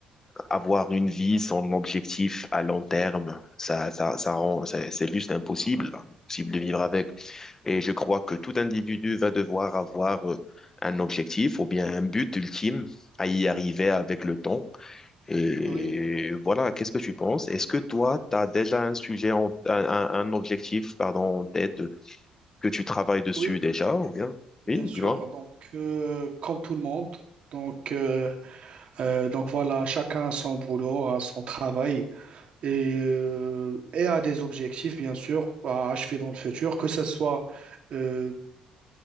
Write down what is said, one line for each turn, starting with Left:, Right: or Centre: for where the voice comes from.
Left: avoir une vie sans objectif à long terme, ça, ça, ça rend, c'est c'est juste impossible, impossible de vivre avec. Et je crois que tout individu va devoir avoir euh, un objectif ou bien un but ultime à y arriver avec le temps. Et
Right: Oui, oui,
Left: voilà, qu'est-ce que tu penses? Est-ce que toi, tu as déjà un sujet, en- un, un- un objectif, pardon, en tête euh, que tu travailles dessus
Right: oui,
Left: déjà ou bien?
Right: bien
Left: Oui, dis-moi.
Right: sûr. Donc, euh, comme tout le monde, donc, euh, euh, donc voilà, chacun a son boulot, a son travail et, euh, et a des objectifs, bien sûr, à achever dans le futur, que ce soit, euh,